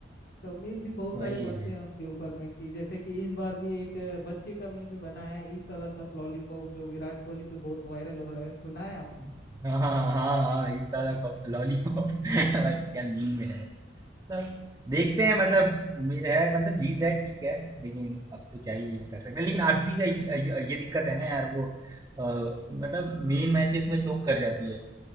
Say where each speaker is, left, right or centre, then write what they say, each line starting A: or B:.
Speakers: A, on the left; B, on the right.
A: तो मीम्स भी बहुत
B: वही
A: सारे बनते
B: वही
A: हैं उनके ऊपर में कि जैसे कि इस बार भी एक अ, बच्चे का मीम्स बना है इस साल का लॉलीपॉप जो विराट कोहली पे बहुत वायरल हो रहा है सुना है आपने
B: हाँ हाँ हाँ हाँ, इस साल लॉलीपॉप <laughs> भाई क्या मीम है मतलब देखते हैं मतलब उम्मीद है मतलब जीत जाए ठीक है लेकिन अब तो क्या ही कर सकते हैं लेकिन आरसीबी का ये, ये ये दिक्कत है ना यार वो अ, मतलब मेन मैचेस में चोक कर जाती है